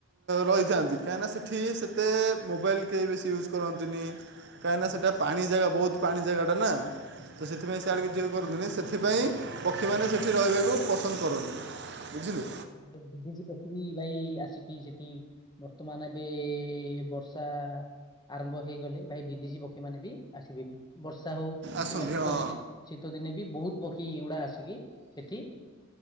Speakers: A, on the right; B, on the left.
A: ରହିଥାନ୍ତି କାହିଁକିନା ସେଠି ସେତେ ମୋବାଇଲ କେହି ବେଶୀ ୟୁଜ୍ କରନ୍ତିନି।
B: ଠିକ
A: କାହିଁକି
B: କଥା
A: ନା
B: ଭାଇ।
A: ସେଟା ପାଣି ଜାଗା ବହୁତ ପାଣି ଜାଗାଟା ନା
B: ଆଚ୍ଛା
A: ତ ସେଥିପାଇଁ। <unintelligible> ସେଥିପାଇଁ ପକ୍ଷୀମାନେ ସେଇଠି ରହିବାକୁ ପସନ୍ଦ କରନ୍ତି ବୁଝିଲେ।
B: ଭାଇ ବିଦେଶୀ ପକ୍ଷି ବି ଭାଇ ଆସିକି ସେଠି। ବର୍ତ୍ତମାନ ଏବେ ବର୍ଷା। ଆରମ୍ଭ ହେଇଗଲେ ଭାଇ ବିଦେଶୀ ପକ୍ଷୀ ମାନେ ବି ଆସିବେ ବର୍ଷା ହଉ। କିମ୍ବା
A: ଆସନ୍ତି
B: ଶୀତ
A: ହଁ
B: ଦିନେ ଶୀତ ଦିନେ ବି ବହୁତ ପକ୍ଷୀ ଗୁଡା ଆସିକି ସେଠି।